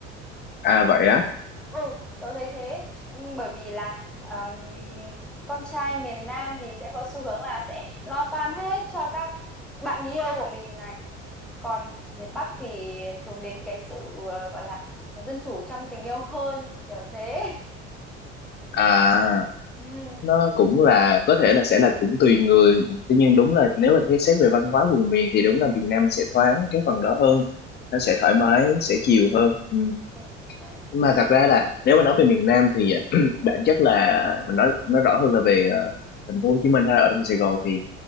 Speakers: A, on the left; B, in the centre.
A: à vậy á
B: Ừ, tớ thấy thế. Ừm, Bởi vì là ờm, con trai miền Nam thì sẽ có xu hướng là sẽ lo toan hết cho các bạn người yêu của mình này còn miền Bắc thì hướng đến cái sự ờ, gọi là dân chủ trong tình yêu hơn kiểu thế
A: à
B: ừ
A: nó cũng là có thể là sẽ là cũng tùy người tuy nhiên đúng là nếu mà thế xét về văn hóa vùng miền thì đúng là Việt Nam sẽ thoáng cái phần đó hơn
B: ừ
A: nó sẽ thoải mái sẽ chiều hơn ừ.
B: ừ đấy.
A: mà thật ra là nếu mà nói về miền Nam thì <clears throat> bản chất là mình nói nói rõ hơn là về ờ, thành phố Hồ Chí Minh hay ở trong Sài Gòn
B: ừ
A: thì